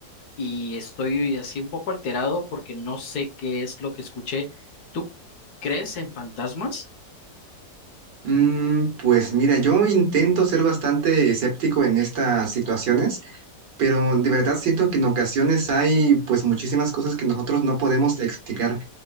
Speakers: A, on the left; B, on the right.
A: y estoy así un poco alterado porque no sé qué es lo que escuché. ¿Tú crees en fantasmas?
B: Mm, pues mira, yo intento ser bastante escéptico en estas situaciones, pero de verdad siento que en ocasiones hay pues muchísimas cosas que nosotros no podemos explicar.